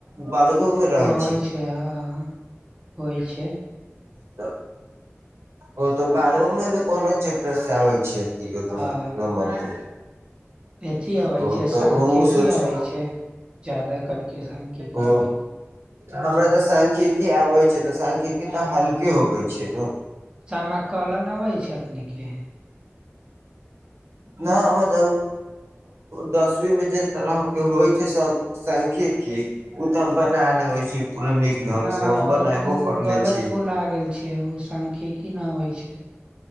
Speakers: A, on the right; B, on the right.
A: बारहूं में रहै
B: होइ छै हां होइ छै।
A: त ओ तऽ बारहों में भी कोनो चैप्टर से आबै छै? त
B: हँ
A: न नमबर त
B: अथी अबै
A: ओ
B: छै
A: तऽ
B: सांख्यिकी
A: हमूँ सोची।
B: अबै छै जादा करके सांख्यिकी
A: ओ
B: अबै छै
A: हमरा तऽ सांखिकी आबै छै तऽ सांखिकी तऽ हल्के होकेै छै नू?
B: सामाकलन अबै छै अपने के?
A: न हम त दसवी मे जस तरह के होइ छै। सब सांख्यिकी उ त हम बना लेबै छी। पूरा नीक ढंग
B: ना
A: से हम बनेबो
B: ओ
A: करले
B: गलत
A: छी
B: बोला गेल छै। ओ सांखिकी ना होइ छै।